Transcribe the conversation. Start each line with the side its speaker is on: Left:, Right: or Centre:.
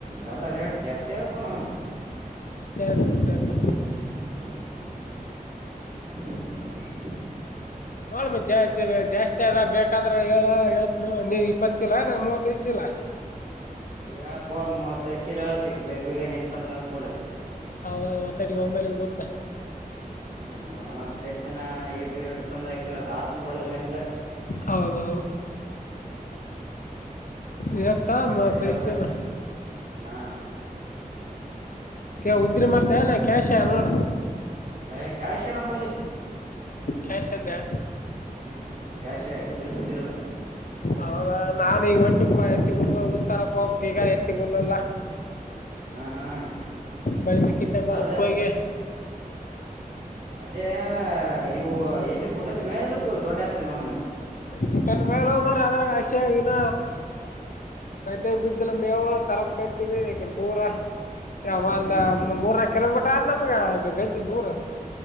Right: ಎಲ್ಲ ರೇಟ್ ಜಾಸ್ತಿ ಆಪ ನ ಅವನ್.
Left: ಎತ್ರರಟ.
Right: ಹೂ
Left: ನೋಡು ಮಚ್ಚಾ ಜಾಸ್ತಿ ಅದಾಗ ಬೇಕು ಯಾದ್ರ ಹೇಳ ಹೇಳತ್ ನೀನ್ ಇಪ್ಪತ್ತು ಚೀಲ ನ ಮೂವತ್ತೈಐದ್ ಚೀಲ
Right: ಹ ಹೇಳಪ್ಪ ಒ ಮೂವತ್ತತ್ ಹೆಚ್ಚಿಲ್ ಹೇಳ ಚಕ್ ಬೇಗ ಬೇಗಏ ಎತ ಕಂಗ ಕೊಡಲ ಚಕ್
Left: ಹೌ ಮತ್ತೆಟ ಒಮ್ಮೈಲಿಿಗೆ ಉರ್ದು
Right: ಹ ಚೆಂತನ ಇಟ್ಟು ಇಟ್ಟು ತಂದಾಕಿರೋದು ಆತ್ನ ಬರದಲ್ಲನ್ಲ್ಲ
Left: ಹೌದು ಇವತ್ತ
Right: ಯ ಮೂವತ್ತೈದ
Left: ಮೂವತ್ತೈದು
Right: ಹೇಳಿಬಿಡು
Left: ಚೀಲ
Right: ಹಾ
Left: ಕೆ ಉದ್ದ್ರೆ ಮಾಡ್ತ ನೆ ಕ್ಯಾಶ ನೋಡ
Right: ಮ ಕ್ಯಾಷ ನಂಬಲೆ
Left: ಕ್ಯಾಶ್ ಅಂದ್ಯ
Right: ಹೂ ಕ್ಯಾಶೇ ಉದ್ರಿ ಪಾದ್ರಿ ಇಲ್ಲ
Left: ಹೌದಾ ನಾನೀಗ ಒಂಟ್ಟಿಗೆ ಎತ್ತಿಗಲ್ ಹುಲ್ಲಿಲ್ಲ ಹೋಗ ಈಗ ಎತ್ತಿಗಲ್ಲಿಲ್ಲ
Right: ಹಾ ಹಾ
Left: ಬಳಿ ಮೀಕಿ ಕಾರ್ಬೇಕು
Right: ಅದ
Left: ಹೋಗಿ
Right: ಅದೇ ಇವು ಎಲ್ಲಿ ಬುಟ್ಟಲ್ಲಿ ಮೇದಲುಪ ದೊಡ್ಡ ಆತೇನ ಅವನ
Left: ಮಊಟಾನ ಭ ಮ ರಧಾರ ಗಾಸ ಗಿನ ಗದ್ದೆಗೆ ಬಿದ್ದಿಲ್ಲ ಮೇವು ತರ ಕಂತೀವಿ ಈ ದೂರ ಯಾವ
Right: ಹ್ಮ್
Left: ಒಂದ
Right: ಹ್ಮ್
Left: ಮೂರ ಕಿಲೋಮೀಟರ್ ಆದ ನಮ್ಗ ಗಡ್ಡಿ ದೂರ